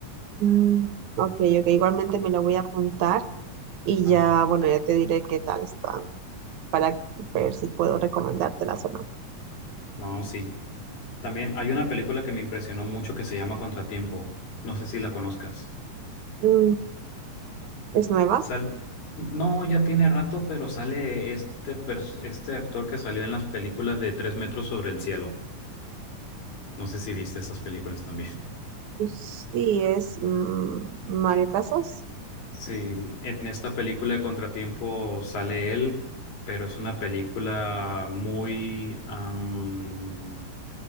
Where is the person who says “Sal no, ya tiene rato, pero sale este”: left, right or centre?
Left